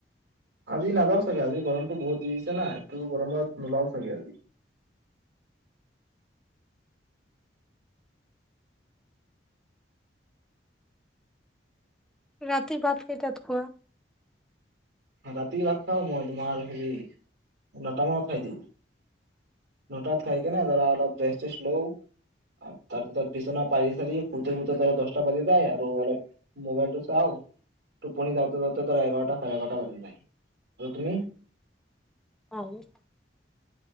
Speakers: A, on the right (about 75°); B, in the centre.
A: আজি নাযাও চাগে আজি গৰমটো বহুত দি দিছে না এইটো গৰমত নোলাও চাগে আজি।
B: ৰাতি ভাত কেইটাত খোৱা?
A: ৰাতি ভাত খাও মই তোমাৰ হেৰি নটা মানত খাই দিওঁ। নটাত খাই কেনে ধৰা অলপ ৰেষ্ট-টেষ্ট লও। তাৰপিছত বিচনা পাৰি-চাৰি শুৱতে শুৱতে ধৰা দশটা বাজি যায় আৰু অলপ মোবাইলটো চাওঁ টোপনি যাওঁতে যাওঁতে ধৰা এঘাৰটা সাৰে এঘাৰটা তাৰমানে নাই আৰু তুমি।
B: অ উঠ।